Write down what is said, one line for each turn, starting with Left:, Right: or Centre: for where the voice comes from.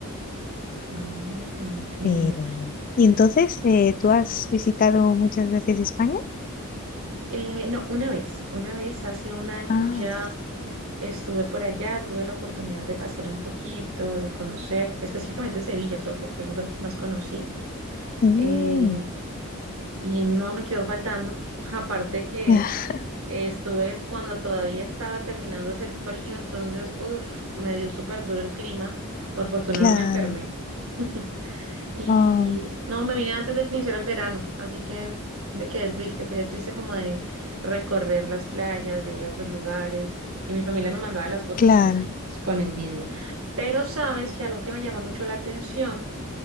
Right: Ah, entiendo.
Left: Pero bueno. Y entonces, eh, ¿tú has visitado muchas veces España?
Right: Eh, no, una vez, una vez, hace un año
Left: Ah,
Right: ya
Left: vale.
Right: estuve por allá, tuve la oportunidad de pasear un poquito, de conocer, específicamente Sevilla, creo que fue el lugar que más conocí.
Left: Mm,
Right: Eh, Y no me quedó faltando. <laughs> Aparte que
Left: ah,
Right: estuve cuando todavía estaba terminándose el frío, entonces, uff, me dio súper duro el clima. Por fortuna
Left: claro.
Right: no me enfermé. <laughs> Y
Left: Ah,
Right: no, me vine antes de que iniciara el verano, así que me quedé triste, quedé triste como de recorrer las playas, de ir a otros lugares. Y mi familia me mandaba las fotos
Left: claro.
Right: y yo así, pues con envidia. Pero sabes que algo que me llama mucho la atención